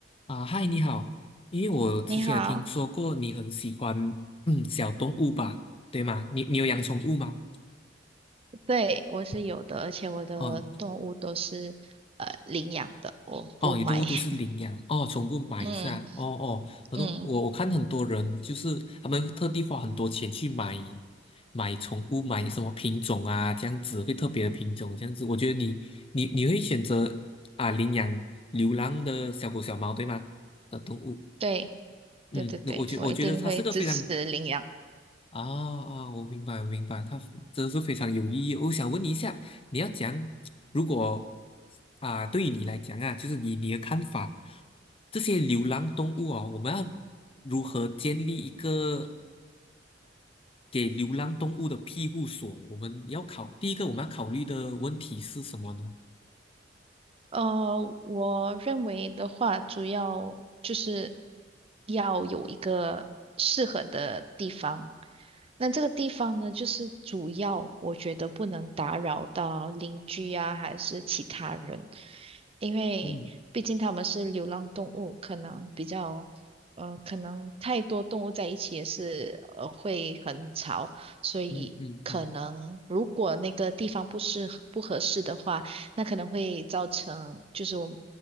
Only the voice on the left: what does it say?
啊，嗨，你好，因为我之前有听说过你很喜欢嗯小动物吧，
对吗？你你有养宠物吗？
哦
哦，你动物都是领养哦，
宠物买是啊，
哦哦，很多我我看很多人就是他们会特地花很多钱去买
买宠物，买什么品种啊，这样子会特别的品种这样子，我觉得你你你会选择啊领养流浪的小狗小猫对吗？的动物。
嗯，
我觉我觉得它是个非常
啊啊，我明白，我明白，他真的是非常有意义。我想问你一下，你要讲，如果啊，对于你来讲啊，就是你你的看法，这些流浪动物哦，我们要如何建立一个给流浪动物的庇护所？我们要考，第一个我们要考虑的问题是什么呢？
嗯
嗯嗯嗯，